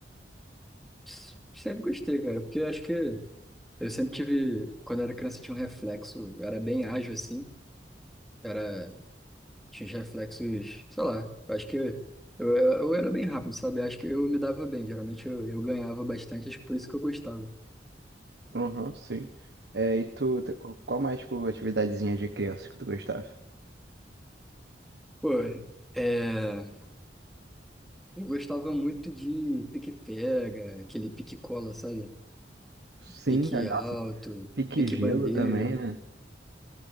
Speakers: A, in the centre; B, on the right (about 65°).
A: S- Sempre gostei, cara, porque eu acho que eu sempre tive, quando eu era criança, eu tinha um reflexo, eu era bem ágil assim. Era Tinha os reflexos, sei lá, eu acho que eu, eu, eu era bem rápido, sabe? Eu Acho que eu me dava bem, geralmente eu, eu ganhava bastante, acho que por isso que eu gostava.
B: Aham, sim. É, e tu, tu- qual mais, tipo, atividadezinha de criança que tu gostava?
A: Pô, é, eu gostava muito de pique-pega, aquele pique-cola, sabe?
B: Sim,
A: Pique
B: é, nossa,
A: alto,
B: pique-gelo
A: pique-bandeira,
B: também, né?